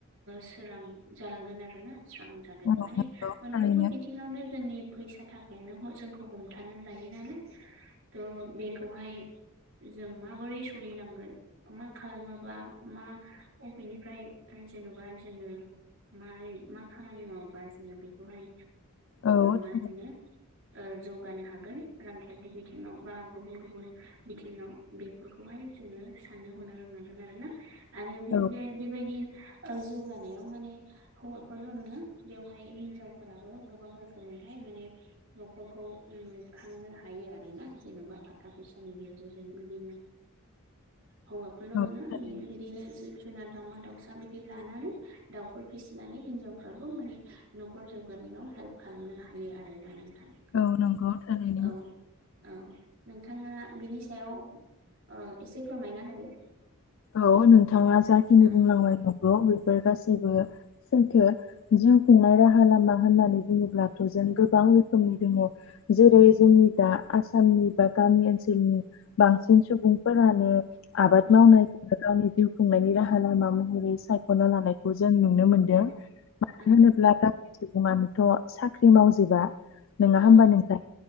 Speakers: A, on the right; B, on the left.
A: सोरां जालांगोन आरोोना सोरां म
B: औ नंगौ
A: मोन
B: थारैनो
A: बिनो जोंनि फैसा थाखायानो जोंखौ हमथानानै लायो नालाय थ' बेखौहाय जों माबोरै सोलिलांगोन मा खालामाबा मा अबेनिफ्राय जेन'बा जोङो मारोरै मा खामानि मावोबा जोङो बेखौहाय
B: औ
A: मा
B: थारैनो
A: होनो जौगानो हागोन रांखान्थि बिथिङाव बा गुबुन गुबुन बिथिङाव बेफोरखौहाय जोङो साननो हनो रोंनांगोन आरो ना आरो बेबायदि
B: औ
A: बेबायदि जौगानायाव माने हौवाफोरल' ननोङा बेवहाय हिनजावफोराबो गोबां रोखोमैहाय माने न'खरखौ लुखांनो हायो आरो ना जेन'बा थाखा फैसानि गेजेरजों बिदिनो हौवाफोरल' नङा
B: औ थारैनो
A: माने बिदिनो जिब जुनार दाउमा दाउसा बिदि लानानै दाउफोर फिसिनानै हिनजावफ्राबो माने न'खर जौगानायाव हेल्प खालामनो हायो आरोना नोंथां
B: औ नंगौ थारै नों
A: औ औ नोंथाङा बिनि सायाव एसे फोरमायना होदो
B: औ नोंथाङा जाखिनि
A: औ
B: बुंनांबाय नंगौ बेफोर गासैबो सैथो जिउ खुंनाय राहा लामा होननानै बुङोब्लाथ' जों गोबां रोखोमनि दङ जेरै जोंनि दा आसामनि बा गामि ओनसोलनि बांसिन सुबुंफोरानो आबाद
A: औ
B: मावनायखौनो गावनि जिउ खुंनायनि राहा लामा महरै सायख'ना लानायखौ जों नुनो मोनदों
A: औ
B: मानो
A: औ
B: होनोब्ला ग सुबुङानोथ' साख्रि मावजोबा नङा होमबा
A: औ
B: नोंथाङ